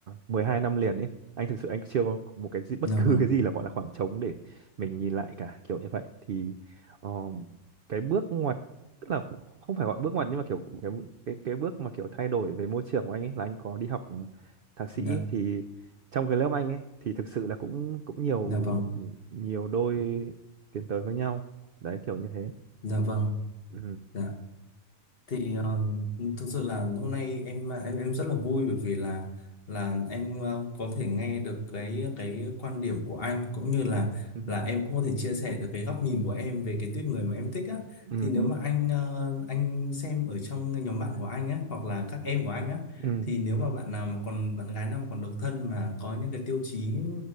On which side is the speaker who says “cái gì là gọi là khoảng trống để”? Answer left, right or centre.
Right